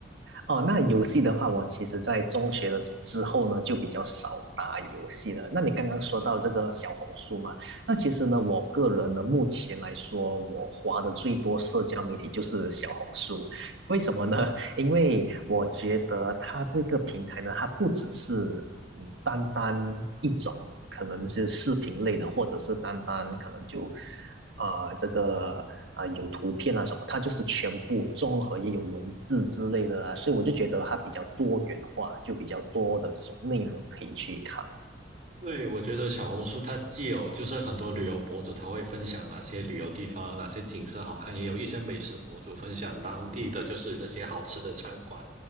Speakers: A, on the right; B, on the right.
A: 哦，那游戏的话，我其实在中学的之后呢，就比较少打游戏了。那你刚刚说到这个小红书嘛，那其实呢，我个人呢，目前来说，我花的最多社交媒体就是小红书。为什么呢？<laughs> 因为我觉得它这个平台呢，它不只是嗯，单单一种，可能是视频类的，或者是单单可能就，啊、这个啊、有图片啊什么，它就是全部综合，也有文字之类的啊，所以我就觉得它比较多元化，就比较多的这种内容可以去看。
B: 对，我觉得小红书它既有就是很多旅游博主，他会分享哪些旅游地方、哪些景色好看，也有一些美食博主分享当地的就是那些好吃的餐馆，